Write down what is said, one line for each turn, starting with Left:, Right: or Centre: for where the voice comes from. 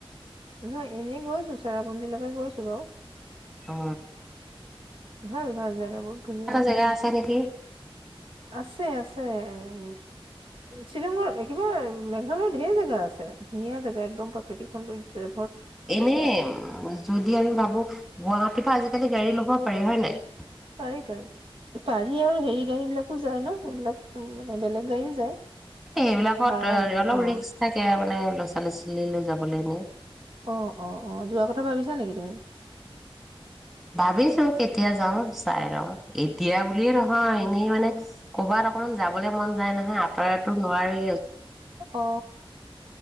Right: নহয় এনেই গৈছো চেৰাপুঞ্জীলকে গৈছো বাৰু
Centre: অ
Right: ভাল ভাল জেগা বহুত ধুনীয়া
Centre: জেগা আছে নেকি?
Right: আছে আছে উ শ্বিলঙৰ কিবা মেঘালয়ৰ ঢেৰ জেগা আছে ধুনীয়া জেগা একদম প্ৰাকৃতিক সৌন্দৰ্য্যৰে
Centre: এনে যদি আমি ভাবো গুৱাহাটীৰ পৰা আজিকালি গাড়ী ল'ব পাৰি হয় নাই
Right: পাৰি পাৰি পাৰি আৰু হেৰি গাড়ী বিলাকো যায় ন সেইবিলাক মানে বেলেগ গাড়ীও যায়
Centre: এ সেইবিলাকত
Right: ভাড়া
Centre: অলপ
Right: অ
Centre: ৰিক্ক থাকে মানে ল'ৰা ছোৱালী ছোৱালী লৈ যাবলৈ এনে
Right: অ অ অ যোৱা কথা ভাবিছা নেকি তুমি
Centre: ভাবিছো কেতিয়া যাও চাই লওঁ এতিয়া বুলিয়ে নহয় এনেই মানে কৰ'বাত অকনমান যাবলৈ মন যায় নহয় আঁতৰাতো নোৱাৰি
Right: অ